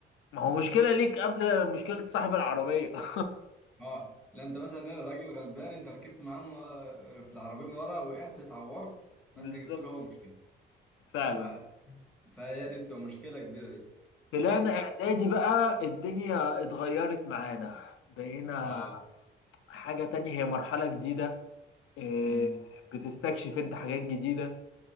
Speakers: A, on the left; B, in the centre.
A: ما هو مشكله ليك قبل مشكله صاحب العربيه <laughs>
B: اه لا انت مثلا راجل غلبان انت ركبت معاه من- آه، في العربيه من ورا وقعت اتعورت فانت
A: بالظبط
B: جبت له هو مشكله
A: فعلا
B: ف... فهي دي بتبقى مشكله كبيره دي
A: طلعنا اعدادي بقى الدنيا اتغيرت معانا بقينا
B: اه
A: حاجة تانية هي مرحلة جديدة آه،
B: امم
A: بتستكشف انت حاجات جديدة